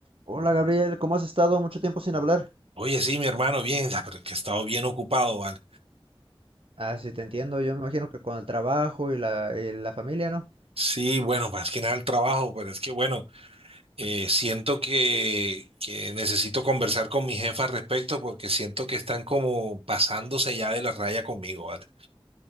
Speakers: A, on the right (about 70°); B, on the right (about 85°).
A: Hola Gabriel, ¿cómo has estado? Mucho tiempo sin hablar.
B: Oye, sí, mi hermano, bien, ah, pero que he estado bien ocupado, ¿vale?
A: Ah, sí, te entiendo. Yo me imagino que con el trabajo y la, y la familia, ¿no?
B: Sí, bueno, más que nada el trabajo, pero es que bueno, eh, siento que, que necesito conversar con mi jefa al respecto porque siento que están como pasándose ya de la raya conmigo, ¿vale?